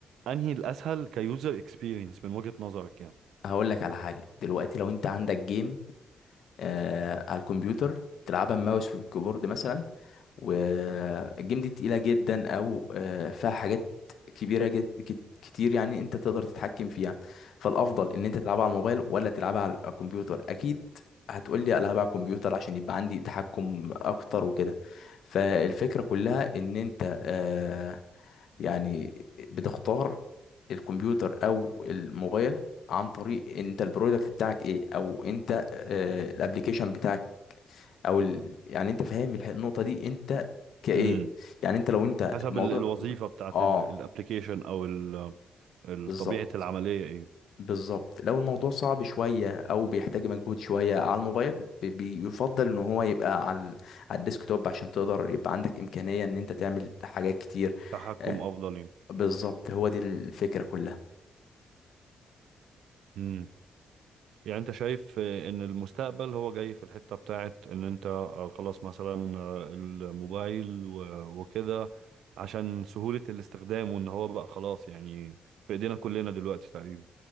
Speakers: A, on the right; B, on the left.
A: انهي الاسهل كيوزر اكسبيرينس من وجهة نظرك يعني
B: هقول لك على حاجة دلوقتي لو انت عندك جيم آه على الكمبيوتر تلعبها ماوس في الكيبورد مثلا والجيم دي تقيلة جدا او آه، فيها حاجات كبيرة جدا كتير يعني انت تقدر تتحكم فيها فالافضل ان انت تلعبها على الموبايل ولا تلعبها على الكمبيوتر اكيد هتقول لي العبها على الكمبيوتر عشان يبقى عندي تحكم اكتر وكده فالفكرة كلها ان انت آه، يعني بتختار الكمبيوتر او الموبايل عن طريق انت البرودكت بتاعك ايه او انت الابلكيشن بتاعك او ال... يعني انت فاهم الح- النقطه دي انت كايه
A: امم
B: يعني انت لو انت
A: حسب
B: الموضوع
A: ال- الوظيفة بتاعت
B: اه
A: الابلكيشن او ال- ال-
B: بالظبط
A: طبيعة العملية ايه
B: بالظبط لو الموضوع صعب شويه او بيحتاج مجهود شويه على الموبايل بي- بيفضل ان هو يبقى على ال- على الديسك توب عشان تقدر يبقى عندك امكانيه ان انت تعمل حاجات كتير
A: تحكم
B: آه
A: افضل
B: بالظبط هو دي الفكره كلها
A: يعني يعني انت شايف آه، ان المستقبل هو جاي في الحتة بتاعت ان انت آه، خلاص مثلا آه، الموبايل و- وكده عشان سهولة الاستخدام وان هو بقى خلاص يعني في ايدينا كلنا دلوقتي تقريبا